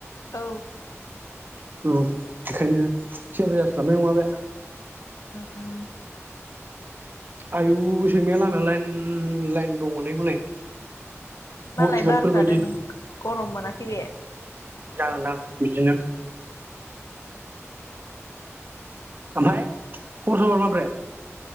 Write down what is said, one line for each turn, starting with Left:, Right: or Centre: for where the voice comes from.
Left: औ।
Right: औ बेखायनो जेबो जासलाबनाय नंङा बे।
Left: ओ ओम।
Right: आयु सैमाया लामायाव लाइन ओं लाइन दंङलै हनै।
Left: मालाय
Right: बडिगार्डफोर
Left: बार जादों
Right: बायदि
Left: गरम मोनाखै बे।
Right: जागोनदां बिदिनो। ओमफाय खबर सबर माब्रै?